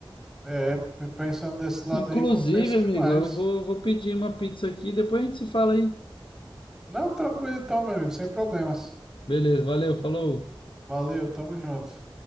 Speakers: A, in the centre; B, on the left.
A: É, p- pensando desse lado
B: Inclusive,
A: aí, compensa
B: amigo,
A: demais.
B: eu vou, vou pedir uma pizza aqui, depois a gente se fala aí.
A: Não, tranquilo então, meu amigo, sem problemas.
B: Beleza, valeu, falou.
A: Valeu, tamo junto.